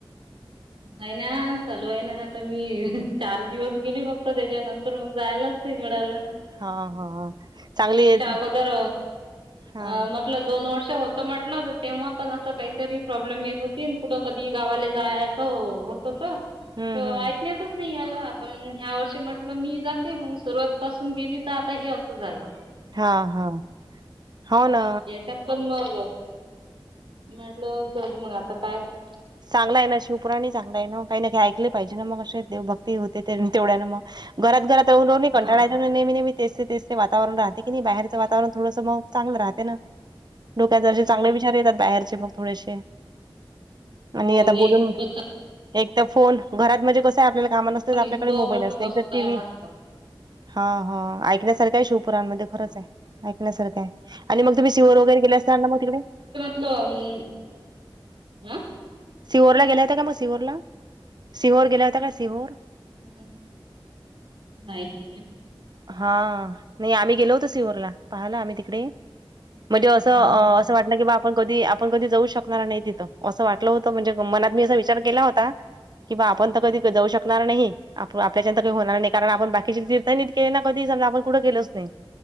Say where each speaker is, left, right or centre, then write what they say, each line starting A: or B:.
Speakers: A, on the right (about 65°); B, on the right (about 50°).
A: नाही ना. चालू ए ना. आता मी चार दिवस गेली फक्त. त्याच्यानंतर जायलाच- <unintelligible> मिळाल.
B: हा हा हा. चांगली
A: मी याच्या
B: येत
A: अगोदर,
B: हा
A: अम - आपलं दोन वर्ष होतं म्हटलं, तर तेव्हा पण असं काहीतरी प्रॉब्लेम येत होती. कुठं कधी गावाले जाय- होत होतं.
B: हम्म
A: त
B: हम्म
A: ऐकण्यातच नाही आलं. त मंग ह्या वर्षी म्हटलं मी जाते. मग सुरुवातपसून गेली तर आता हे असं झालं.
B: हा हा हो
A: हा.
B: ना
A: याच्यात- पण मग, म्हटलं जाऊ दे मग आता काय कर-
B: चांगलय ना. शिवपुराण ही चांगलय ना. म काही ना काही ऐकले पाहिजे ना? म असे देवभक्ती होते तेवढ्यान म. घरात घरात राहून राहून बी कंटाळा-
A: हा
B: नेहमी नेहमी तेच ते तेच ते वातवरण राहते की नाही? बाहेरचं वातावरण थोडंसं मग चांगल राहते ना. डोक्यात जरासे
A: हम्म.
B: चांगले विचार येतात बाहेरचे मग थोडेसे. आणि
A: हो
B: आता
A: नाही
B: बोलून,
A: खूपच छान,
B: एक तर फोन, घरात म्हणजे कसं आहे आपल्याला कामा न- आपल्याकडे
A: इतकं
B: मोबाईल
A: म्हटलं
B: असते.
A: मस्त
B: एकतर टी
A: आहे
B: व्ही.
A: म्हटलं
B: हां. हां. ऐकण्यासारखं आहे शिवपुराणमध्ये. खरंच
A: हो.
B: आहे. ऐकण्यासारखय. आणि मग तुम्ही सिहोर वगैरे गेले असणार ना मग तिकडे?
A: म म आ?
B: सिहोरला गेल्या होता का मग सिहोरला? सिहोर गेल्या होता का सिहोर?
A: ह. नाही.
B: हां. नाही आम्ही गेलो होतो सिहोरला. पाहाला आम्ही तिकडे. म ते अस-
A: हाव
B: अस वाटलं की बा आपण कधी आपण कधी जाऊ शकणार नाही तिथंअसं वाटलं. वाटलं होत म्हणजे मनात मी असा विचार केला होता- कि बा
A: काय
B: आपण तर कधी जाऊ शकणार नाही. आप आपल्याच्यान तर काही होणार नाही. कारण आपण बाकीचे <unintelligible> कधी. समजा आपण कुठे गेलोच नाही.